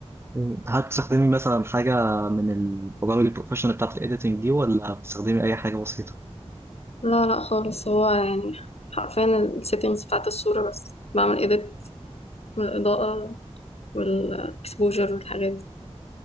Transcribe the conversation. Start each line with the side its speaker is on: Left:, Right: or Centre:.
Right: مم. هل بتستخدمي مثلا حاجه من البرامج البروفيشنال بتاعت الايديتنج دي ولا بتستخدمي اي حاجه بسيطه
Left: لا لا خالص هو يعني حرفيا السيتنجز بتاعت الصورة بس بعمل ايديت من الإضاءة والاكسبوجر والحاجات